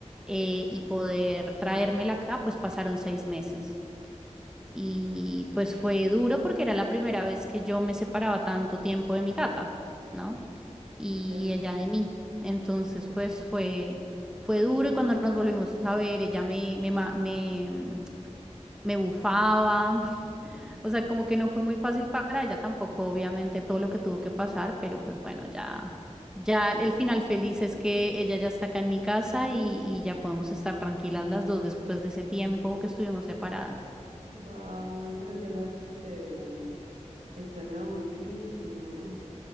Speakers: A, in the centre; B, on the right (about 75°).
A: eh, y poder traérmela acá, pues pasaron seis meses. Y pues fue duro porque era la primera vez que yo me separaba tanto tiempo de mi gata, ¿no? Y
B: Ya.
A: ella de mí. Entonces, pues fue, fue duro y cuando nos volvimos a ver, ella me, me, ma- me, mm, me bufaba. <laughs> O sea, como que no fue muy fácil para ella tampoco, obviamente, todo lo que tuvo que pasar, pero pues bueno, ya, ya el final feliz es que ella ya está acá en mi casa y, y ya podemos estar tranquilas las dos después de ese tiempo que estuvimos separadas.
B: Wow, me imagino que la has este. Extrañaba muchísimo.